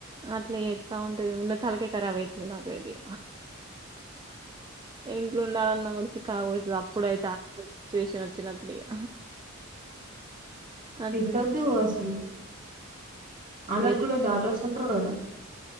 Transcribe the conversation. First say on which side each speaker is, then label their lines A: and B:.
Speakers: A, on the right; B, on the right.
A: అట్లా ఎస్తా ఉంటది ఉన్న తలకే ఖరాబ్ అయితది నాకు సరే ఇంట్లో ఉండాలన్న చికాకు కొడతదీ అప్పుడైతే సిట్యుయేషన్ వచ్చినప్పుడే ఇగ అట్లాంటే
B: తిట్టొద్దు అసలు వాళ్ళకి
A: ఏది
B: కూడా డాటర్స్ ఉంటారు కద